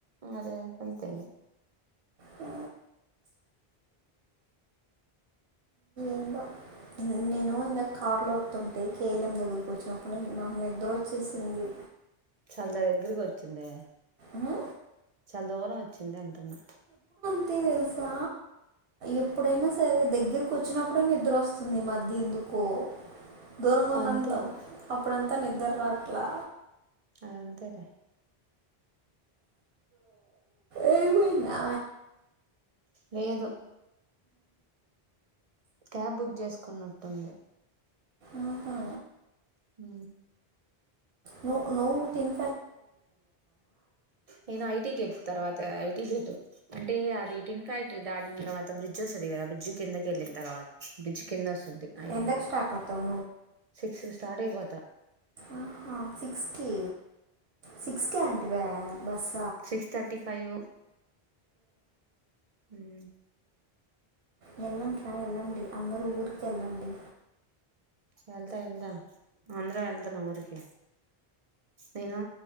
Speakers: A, on the right; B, on the right.
A: అదే అంతే
B: ఆ ఎంద నేను ఇందా కారులో వస్తుంటే కేలం దగ్గరకు వచ్చినప్పుడు నాకు నిద్ద్ర వచ్చేసింది
A: చాల ద దగ్గరకి వచ్చింది
B: ఆ
A: దూరంచ్చ వచ్చింది అంటున్నా
B: అతే తెలుసా ఎప్పుడైనా సరే దగ్గరకు వచ్చినప్పుడే నిద్ర వస్తుంది మది ఎందుకో దూరంగా ఉన్నంత
A: అంతే అది
B: అప్పుడంతా నిద్ర రా ఇలా
A: అదంతే ర
B: ఏ మయినా
A: లేదు క్యాబ్ బుక్ చేసుకున్నట్టుంది
B: ఆహా
A: హ
B: న న తన్
A: నేను ఐటి గెట్ తర్వాత ఐటీ గేటు అంటే అది టిన్ ఫ్యాక్టరీ దాటిన తర్వాత బ్రిడ్జ్ వస్తుంది కదా బ్రిడ్జ్ కిందకి వెళ్ళిన తర్వాత బ్రిడ్జ్ కింద సది ఐడి
B: ఎంతకు
A: గెట్
B: స్టార్ట్ అవుతావు
A: సిక్స్ స్టార్ట్ అయిపోతు
B: ఆహా సిక్స్ కి సిక్సకే అంటివా బస్
A: సిక్స్ థర్టీ ఫైవ్ హ్మ్
B: వెళ్ళండి రా వెళ్ళండి అందరూ ఊరికెళ్ళండి
A: వెళ్తా వెళ్తా అందరం వెళ్దాం ఊరికి నేను